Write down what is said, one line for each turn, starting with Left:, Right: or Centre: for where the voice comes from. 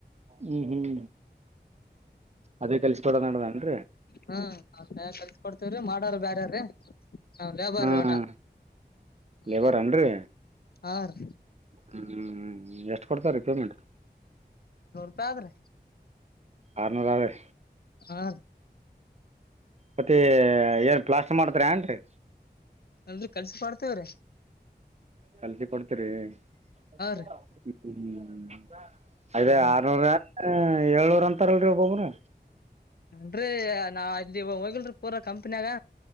Right: ಹ್ಮ್ ಹ್ಮ್ ಅದೇ ಕೆಲ್ಸ ಕೊಡೋ ನಡದನ್ರಿ.
Left: ಹ ಅವ್ರ್ ಕೈಯಾಗ ಕಲ್ಸ ಕೊಡ್ತೇವ್ರಿ ಮಾಡಾರ ಬ್ಯಾರ್ರೀ. ನಾವು ಲೇಬರ್
Right: ಹ್ಮ
Left: ರಿ ಒಟ್ಟ ಹ್ಮ
Right: ಲೇಬರ್ ಅನ್ರಿ
Left: ಹ ರೀ
Right: ಹ್ಮ್ ಹ್ಮ್ ಹ್ಮ್ ಹ್ಮ್ ಎಷ್ಟು ಕೊಡ್ತಾರೆ ರೀ ಪೇಮೆಂಟ್.
Left: ತ್ತಾದ್ರೆ
Right: ಆರ್ ನೂರ ರ
Left: ಹಾ ರಿ
Right: ಮತ್ತೆ ಏನ್ ಪ್ಲಾಸ್ಟರ್ ಮಾಡ್ತಿರ್ ಏನ್ರೀ
Left: ಅಂದ್ರ್ ಕಲ್ಸಿ ಕೊಡ್ತೀವಿರಿ.
Right: ಕಲ್ಸಿ ಕೊಡ್ತರಿ. <unintelligible> ಹ್ಮ್
Left: ರೀ
Right: ಹ್ಮ್ ಹ್ಮ್ ಹ್ಮ್ ಅದೆ
Left: ಹ್ಮ್
Right: ಆರ್ನುರ ಹ ಏಳ್ನೂರ್ ಅಂತಾರಲ್ರಿ ಒಬ್ಬೊಬ್ಬರೂ.
Left: ಅಂಡ್ರೆ ನಾವ್ ಇವಾಗ ಹೋಗಿಲ್ರಿ ಪೂರ ಕಂಪ್ನಿಯಾಗ